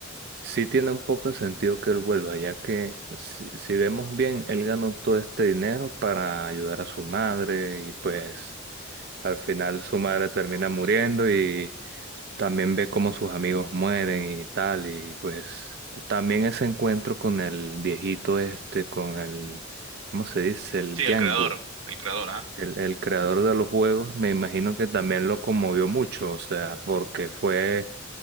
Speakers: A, on the right (about 50°); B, on the right (about 85°).
A: sí tiene un poco de sentido que él vuelva, ya que si, si vemos bien, él ganó todo este dinero para ayudar a su madre y pues al final su madre termina muriendo y también ve cómo sus amigos mueren y tal, y pues también ese encuentro con el viejito este, con el, ¿cómo se dice? El
B: Sí,
A: Gangu.
B: el creador, el creador, ajá.
A: El, el creador de los juegos me imagino que también lo conmovió mucho, o sea, porque fue,